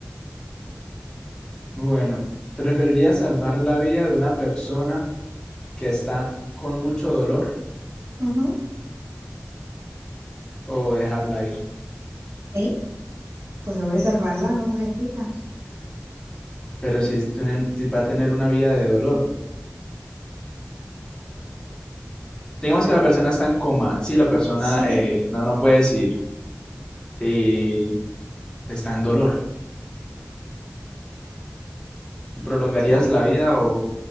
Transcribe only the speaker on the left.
Bueno, ¿preferirías salvar la vida de una persona que está con mucho dolor
o dejarla ir?
Pero si, es tener- si va a tener una vida de dolor. Digamos que la persona está en coma. Sí, la persona
eh, no, no puede decir. Y está en dolor. ¿Prolongarías
la vida o